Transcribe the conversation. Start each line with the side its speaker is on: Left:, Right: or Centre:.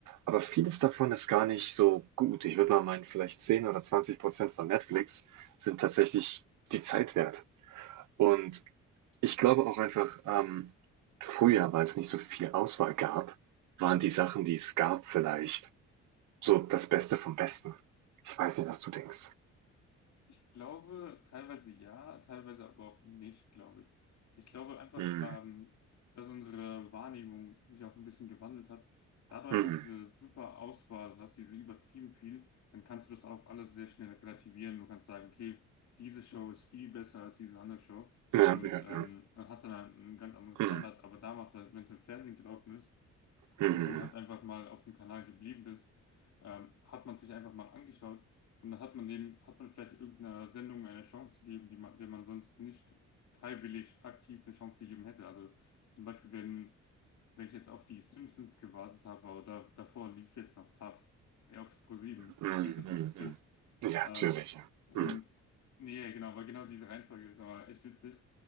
Right: Aber vieles davon ist gar nicht so gut. Ich würde mal meinen, vielleicht 10 oder 20% von Netflix sind tatsächlich die Zeit wert. Und ich glaube auch einfach, ähm, früher, weil es nicht so viel Auswahl gab, waren die Sachen, die es gab, vielleicht so das Beste vom Besten. Ich weiß nicht, was du denkst.
Left: Ich glaube, teilweise ja, teilweise aber auch nicht, glaube ich. Ich glaube einfach,
Right: Hm,
Left: ähm, dass unsere Wahrnehmung sich auch ein bisschen gewandelt hat. Da du einfach
Right: mhm.
Left: diese super Auswahl hast, diese übertrieben viel, dann kannst du das auch alles sehr schnell relativieren. Du kannst sagen, okay, diese Show ist viel besser als diese andere Show.
Right: Ja,
Left: Und
Right: ja,
Left: ähm,
Right: ja.
Left: man hat dann einen ganz anderen Standard.
Right: Hm,
Left: Aber damals, als- wenn es im Fernsehen gelaufen ist,
Right: mhm,
Left: und du halt einfach mal auf dem Kanal geblieben bist, ähm, hat man sich einfach mal angeschaut und dann hat man dem, hat man vielleicht irgendeiner Sendung eine Chance gegeben, die man, der man sonst nicht freiwillig aktiv eine Chance gegeben hätte. Also zum Beispiel, wenn wenn ich jetzt auf die Simpsons gewartet habe, aber da, davor lief jetzt noch Taff, ja, auf ProSieben.
Right: mhm, mhm,
Left: Weiß nicht, ob du das kennst.
Right: mhm. Ja,
Left: Ähm,
Right: natürlich. ja.
Left: und
Right: Hm.
Left: nee, genau, weil genau diese Reihenfolge ist aber echt witzig.